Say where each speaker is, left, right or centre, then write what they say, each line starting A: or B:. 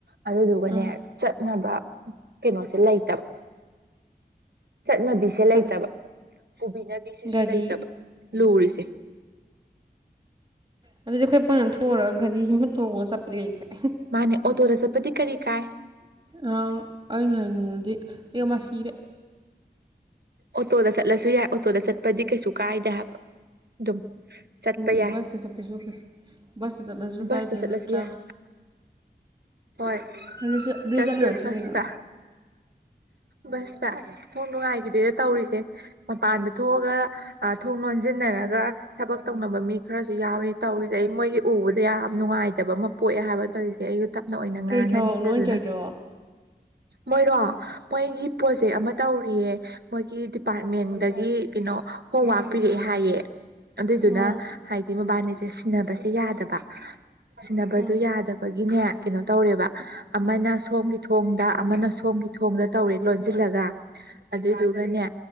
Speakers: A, on the right (about 75°); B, on the right (about 25°).
A: ꯑꯗꯨꯗꯨꯒꯅꯦ
B: ꯎꯝ
A: ꯆꯠꯅꯕ ꯀꯩꯅꯣꯁꯦ ꯂꯩꯇꯕ ꯆꯠꯅꯕꯤꯁꯦ ꯂꯩꯇꯕ
B: ꯆꯠꯂꯨ
A: ꯄꯨꯕꯤꯅꯕꯤꯁꯤꯁꯨ
B: ꯒꯥꯔꯤ
A: ꯂꯩꯇꯕ ꯂꯔꯤꯁꯦ
B: ꯑꯗꯨꯗꯤ ꯑꯩꯈꯣꯏ ꯄꯨꯅ ꯊꯣꯛꯑꯒ ꯘꯔꯤ ꯑꯃ ꯇꯣꯡꯉꯒ ꯆꯠꯄꯗꯤ ꯀꯔꯤ ꯈꯔ
A: ꯃꯥꯅꯦ ꯑꯣꯇꯣꯗ ꯆꯠꯄꯗꯤ ꯀꯔꯤ ꯀꯥꯏ
B: ꯑꯥ ꯑ ꯍꯗꯤ ꯑꯦ ꯃꯁꯤ ꯁꯤꯔꯦ
A: ꯑꯣꯇꯣꯗ ꯆꯠꯂꯁꯨ ꯌꯥꯏ ꯑꯣꯇꯣꯗ ꯆꯠꯄꯗꯤ ꯀꯩꯁꯨ ꯀꯥꯏꯗ ꯍꯥꯏꯕ ꯑꯗꯨꯝ ꯆꯠꯄ
B: ꯎ
A: ꯌꯥꯏ
B: ꯕꯁꯇ ꯆꯠꯄꯁꯨ ꯕꯁꯇ ꯆꯠꯂꯁꯨ
A: ꯕꯁꯇ
B: ꯀꯥꯏꯗꯦ
A: ꯆꯠꯂꯁꯨ
B: ꯅꯠꯇ꯭ꯔꯥ
A: ꯌꯥꯏ ꯍꯣꯏ
B: ꯑꯗꯨ ꯆꯠ ꯑꯗꯨ
A: ꯆꯠꯁꯦ
B: ꯆꯠꯂꯨꯔꯁꯤ
A: ꯄꯥꯁꯇꯥ
B: ꯀꯩꯅꯣ
A: ꯕꯁꯇ ꯑꯁ ꯊꯣꯡ ꯅꯨꯡꯉꯥꯏꯈꯤꯗꯦꯔ ꯇꯧꯔꯤꯁꯦ ꯃꯄꯥꯟꯗ ꯊꯣꯛꯑꯒ ꯊꯣꯡ ꯂꯣꯟꯁꯤꯟꯅꯔ ꯊꯕꯛ ꯇꯧꯅꯕ ꯃꯤ ꯈꯔꯁꯨ ꯌꯥꯎ ꯇꯧꯔꯤꯁꯦ ꯑꯩ ꯃꯣꯏꯒꯤ ꯎꯕꯗ ꯌꯥꯝ ꯅꯨꯡꯉꯥꯏꯇꯕ ꯑꯃ ꯄꯣꯛꯑꯦ ꯍꯥꯏꯕ ꯇꯧꯔꯤꯁꯦ ꯑꯩꯁꯨ ꯇꯞꯅ ꯑꯣꯏꯅ ꯉꯥꯡꯉꯅꯤ
B: ꯀꯩ ꯊꯕꯛꯅꯣ
A: ꯑꯗꯨꯗꯨꯅ
B: ꯑꯣꯏꯅ ꯇꯧꯔꯤꯗꯣ ꯑꯥ
A: ꯃꯣꯏꯔꯣ ꯃꯣꯏꯒꯤ ꯄ꯭ꯔꯣꯖꯦꯛ ꯑꯃ ꯇꯧꯔ ꯄꯌꯦ ꯃꯣꯏꯒꯤ ꯗꯤꯄꯥꯔꯠꯃꯦꯟꯗꯒꯤ ꯀꯩꯅꯣ ꯍꯣꯝꯋꯔꯛ ꯄꯤꯔꯛꯑꯦ ꯍꯥꯏꯌꯦ ꯑꯗꯨꯏꯗꯨꯅ
B: ꯑꯥ
A: ꯍꯥꯏꯗꯤ ꯃꯣꯕꯥꯏꯜꯅꯤꯁꯦ ꯁꯤꯟꯅꯕꯁꯦ ꯌꯥꯗꯕ ꯁꯤꯟꯅꯕꯗꯨ
B: ꯑꯥ ꯎꯝ
A: ꯌꯥꯗꯕꯒꯤꯅꯦ ꯀꯩꯅꯣ ꯇꯧꯔꯦꯕ ꯑꯃꯅ ꯁꯣꯝꯒꯤ ꯊꯣꯡꯗ ꯑꯃꯅ ꯁꯣꯝꯒꯤ ꯊꯣꯡꯗ ꯇꯧꯔꯦ ꯂꯣꯟꯁꯤꯜꯂꯒ ꯑꯗꯨꯗꯨꯒꯅꯦ